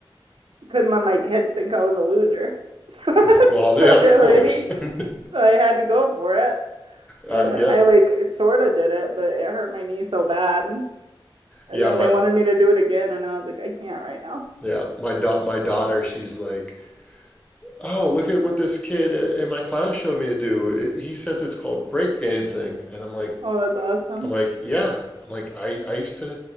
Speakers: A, on the right; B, on the left.
A: couldn't let my kids think I was a loser. So,
B: <laughs>
A: <laughs>
B: well,
A: so
B: yeah, of
A: like
B: course. <laughs>
A: so I had to go for it. And
B: Uh,
A: I
B: yeah,
A: like sort of did it, but it hurt my knee so bad. And
B: yeah,
A: then
B: my
A: they wanted me to do it again and I was like, "I can't right now."
B: yeah, my da my daughter, she's like, oh, look at what this kid i- in my class showed me to do. It, he says it's called break dancing, and I'm like,
A: Oh, that's awesome.
B: I'm like, yeah, I'm like, I I used to